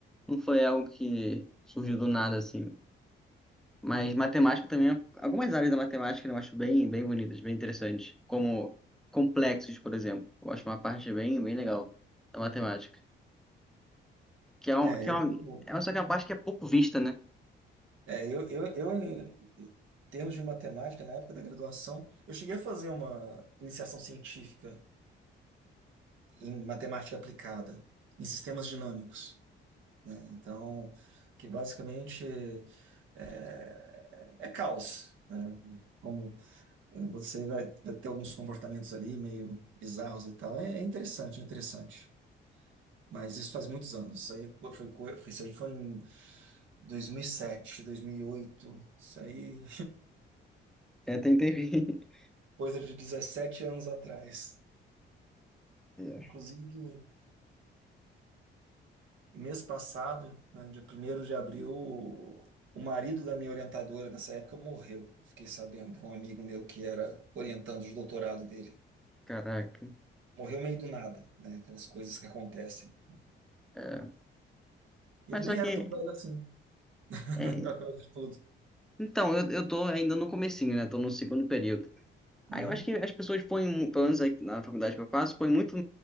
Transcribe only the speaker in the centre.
Não foi algo que surgiu do nada, assim. Mas matemática também, é algumas áreas da matemática né, eu acho bem, bem bonitas, bem interessantes, como complexos, por exemplo. Eu acho uma parte bem, bem legal da matemática, que é um,
que é
um, é só que é uma parte que é pouco vista, né?
É, tem, tem... <laughs>
É.
Caraca,
é.
Mas
só que,
é,
então, eu, eu tô ainda no comecinho, né? Tô no segundo período. Ah,
eu acho que as pessoas põem, mu- pelo menos aqui na faculdade que eu faço, põem muito